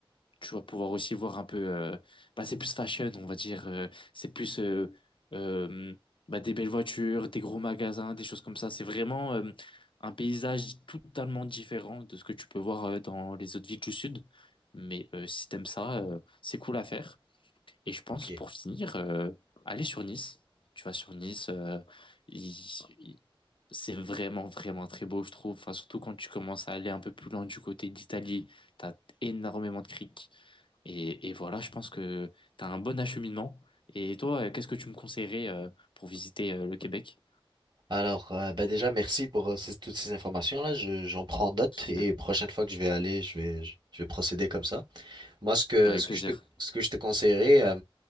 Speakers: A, on the left (about 60°); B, on the right (about 50°).
A: tu vas pouvoir aussi voir un peu euh, bah, c'est plus fashion on va dire euh, c'est plus euh, euh, bah, des belles voitures des gros magasins des choses comme ça c'est vraiment euh, un paysage totalement différent de ce que tu peux voir euh, dans les autres villes du sud mais euh, si t'aimes ça euh, c'est cool à faire et je pense
B: Ok.
A: pour finir euh, aller sur Nice tu vas sur Nice euh, il- il- c'est vraiment vraiment très beau je trouve enfin surtout quand tu commences à aller un peu plus loin du côté d'Italie t'as énormément de criques et, et voilà, je pense que tu as un bon acheminement. Et toi, euh, qu'est-ce que tu me conseillerais euh, pour visiter euh, le Québec?
B: Alors, euh, ben déjà, merci pour euh, ces- toutes ces informations-là. Je, j'en prends note
A: C'est-
B: et prochaine fois que je vais aller, je vais, je, je vais procéder comme ça. Moi, ce que,
A: Avec
B: ce
A: plaisir.
B: que je te, ce que je te conseillerais, euh,